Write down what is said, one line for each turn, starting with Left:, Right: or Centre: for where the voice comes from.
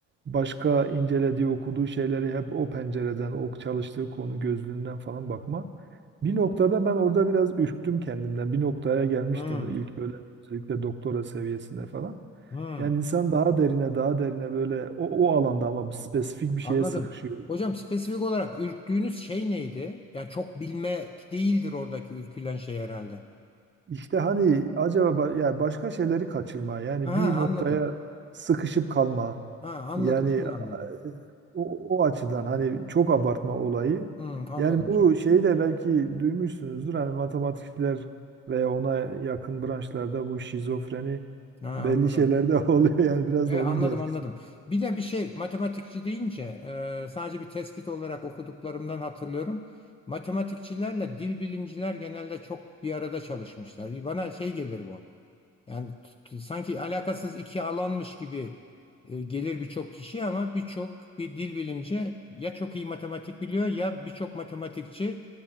Right: başka incelediği, okuduğu şeyleri hep o pencereden, o çalıştığı konu gözlüğünden falan bakma. Bir noktada ben orada biraz ürktüm kendimden. Bir noktaya gelmiştim
Left: Hı.
Right: ilk böyle özellikle doktora seviyesinde falan.
Left: Hı.
Right: Yani insan daha derine, daha derine böyle o, o alanda ama bir spesifik bir
Left: Anladım.
Right: şeye sıkışıyor.
Left: Hocam spesifik olarak ürktüğünüz şey neydi? Yani çok bilmek değildir oradaki ürkülen şey herhalde.
Right: İşte hani acaba ba- yani başka şeyleri kaçırma yani
Left: Ha
Right: bir noktaya
Left: anladım.
Right: sıkışıp kalma
Left: Ha anladım.
Right: yani
Left: Şimdi
Right: e,
Left: anladım.
Right: o, o açıdan hani çok abartma olayı
Left: Hı, anladım
Right: yani
Left: hocam.
Right: bu şeyi de belki duymuşsunuzdur hani matematikçiler veya ona yakın branşlarda bu şizofreni
Left: Ha
Right: belli
Left: anladım.
Right: şeylerde <laughs> oluyor yani biraz
Left: Evet
Right: da onun
Left: anladım
Right: da etkisi.
Left: anladım. Bir de bir şey matematikçi deyince e, sadece bir tespit olarak okuduklarımdan hatırlıyorum. Matematikçilerle dil bilimciler genelde çok bir arada çalışmışlar. Bana şey gelir bu. Yani t- sanki alakasız iki alanmış gibi e, gelir birçok kişi ama birçok bir dil bilimci ya çok iyi matematik biliyor ya birçok matematikçi